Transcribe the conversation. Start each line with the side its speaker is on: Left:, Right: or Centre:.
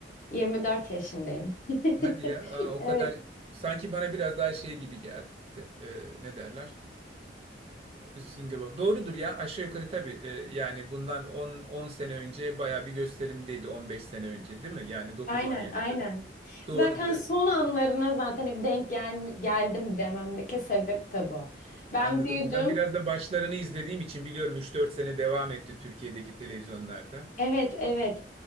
Left: 24 yaşındayım. <laughs>
Right: Hadi ya, aa, o
Left: Evet,
Right: kadar sanki bana biraz daha şey gibi geldi. Ee, ne derler? Ee, Singer Bob. Doğrudur ya aşağı yukarı tabii. Ee, yani bundan 10 10 sene önce bayağı bir gösterimdeydi 15 sene önce değil mi? Yani 9-10
Left: Aynen,
Right: yaşları.
Left: aynen.
Right: Doğrudur
Left: Zaten
Right: evet.
Left: son anlarına zaten hep denk gel geldim dememdeki sebep de bu. Ben
Right: Anladım.
Left: büyüdüm.
Right: Ben biraz da başlarını izlediğim için biliyorum üç dört sene devam etti Türkiye'deki televizyonlarda.
Left: Evet, evet.